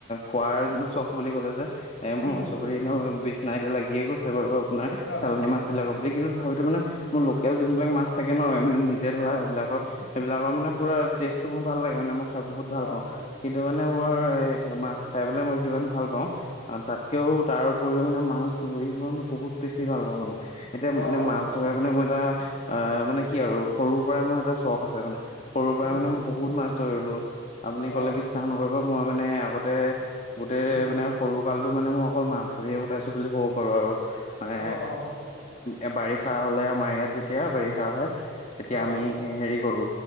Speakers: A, on the left (about 35°); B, on the left (about 60°).
A: খোৱাৰ চখ বুলি কলে যে এ মোৰ
B: উম
A: মাছ
B: উম
A: প্ৰতি নেও বিছনায় এতিয়া লাগিয়ে গৈছে বাৰু আপোনাৰ
B: অ'
A: চালানী
B: অ'
A: মাছ বিলাকৰ প্ৰতি, কিন্তু তথাপিতো মানে
B: উম
A: মোৰ লোকেল যোনবিলাক মাছ থাকে ন মান নিজে ধৰা
B: অ'
A: সেইবিলাকৰ সেইবিলাকৰ মানে পুৰা টেষ্ট টো মোৰ ভাল লাগে মানে মোৰ। বহুত ভাল
B: অ'
A: পাওঁ কিন্তু মানে মোৰ এ মাছ খাই পেলাই মই যিমান ভাল পাওঁ অ তাতকেও তাৰ উপৰিও মানে মাছ ধৰি মই বহুত বেছি ভাল পাওঁ মানে এতিয়া
B: অ'
A: মানে মাছ ধৰে মানে মই এটা অ মানে কি আৰু সৰুৰ পৰাই মোৰ এটা চখ আছে মানে সৰুৰ পৰাই
B: উম
A: মানে মো- বহুত মাছ ধৰিলো আপুনি কলে
B: অ'।
A: বিশ্বাস নকৰিব মই মানে আগতে গোটেই
B: উম
A: মানে সৰু কালটো মানে মই অকল মাছ ধৰিয়ে কটাইছো বুলি ক'ব পাৰো আৰু মানে
B: অ অ অ
A: এ বাৰিষা হলে আমাৰ ইয়াত যেতিয়া বাৰিষা হয় তেতিয়া
B: অ
A: আমি হেৰি কৰো